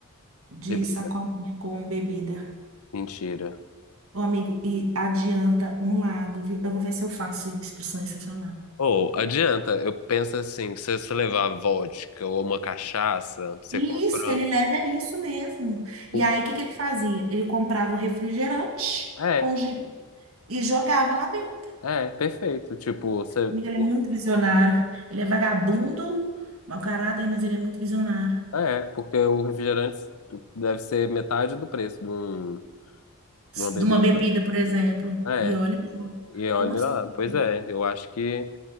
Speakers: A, on the right; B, on the left.
A: de
B: bebida,
A: sacolinha com bebida.
B: mentira.
A: Ô, amigo, e adianta um lado, viu? Eu vou ver se eu faço instrução excepcional.
B: Ou adianta, eu penso assim, se você levar vodka ou uma cachaça, você
A: Isso,
B: compra.
A: ele leva isso mesmo. E
B: o-
A: aí, o que que ele fazia? Ele comprava o refrigerante
B: É,
A: com gelo e jogava lá dentro.
B: é, perfeito. Tipo, você.
A: Amiga, ele
B: o-
A: é muito visionário. Ele é vagabundo, mau caráter, mas ele é muito visionário.
B: É, porque o refrigerante deve ser metade do preço de, um, de uma bebida.
A: De uma bebida, por exemplo.
B: É,
A: E olha,
B: e olha
A: com certeza.
B: lá, pois é, eu acho que.